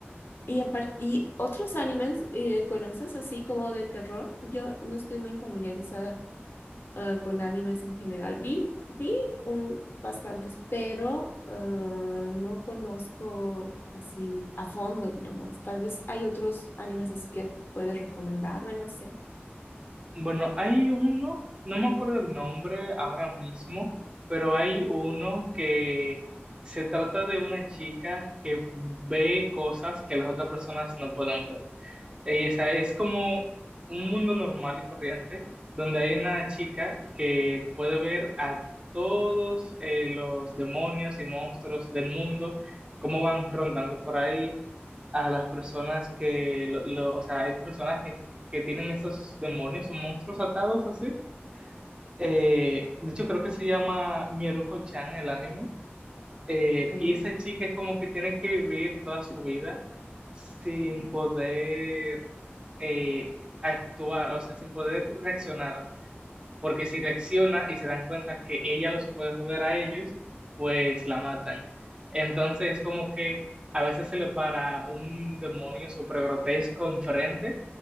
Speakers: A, on the left; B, on the right.
A: Y, apar- y otros animes, eh, ¿conoces así como de terror? Yo no estoy muy familiarizada ah, con animes en general. Vi, vi un, bastantes, pero ah, no conozco así a fondo, digamos. Tal vez hay otros animes así que puedes recomendarme, no sé.
B: Bueno, hay uno, no me acuerdo el nombre ahora mismo, pero hay uno que se trata de una chica que ve cosas que las otras personas no pueden ver. Y esa es como un mundo normal y corriente donde hay una chica que puede ver a todos eh, los demonios y monstruos del mundo, cómo van rondando por ahí a las personas que, lo, lo- o sea, hay personas que, que tienen esos demonios o monstruos atados así. Eh, de hecho, creo que se llama Mieruko-chan el anime. Eh,
A: Ok.
B: y esa chica es como que tiene que vivir toda su vida sin poder eh, actuar, o sea, sin poder reaccionar porque si reacciona y se dan cuenta que ella los puede ver a ellos, pues la matan. Entonces es como que a veces se le para un demonio súper grotesco enfrente